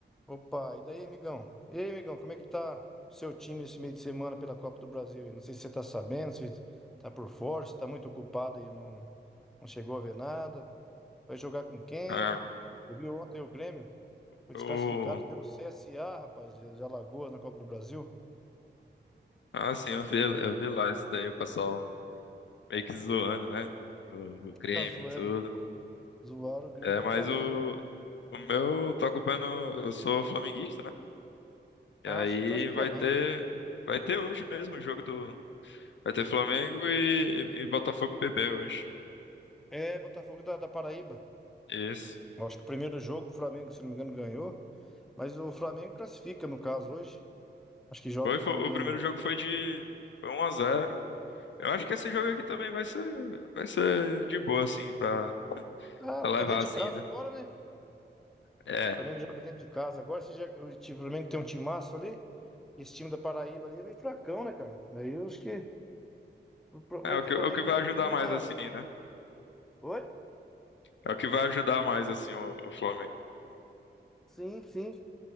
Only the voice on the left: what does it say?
Ah,
eu,
ah, sim, eu vi, eu vi lá isso daí, o pessoal meio que zoando, né? O,
o Grêmio
e tudo.
É,
mas
o,
o meu, eu tô acompanhando, eu sou flamenguista, né?
E aí
vai
ter, vai ter hoje mesmo o jogo do, vai ter Flamengo e, e Botafogo PB hoje.
Isso.
Foi,
foi- o primeiro jogo foi de, foi um a zero Eu acho que esse jogo aqui também vai ser, vai ser de boa, assim, pra,
pra levar,
assim,
né?
É,
é
o que,
é o que vai
ajudar
mais, assim, né?
É o que vai ajudar mais, assim, o, o Flamengo.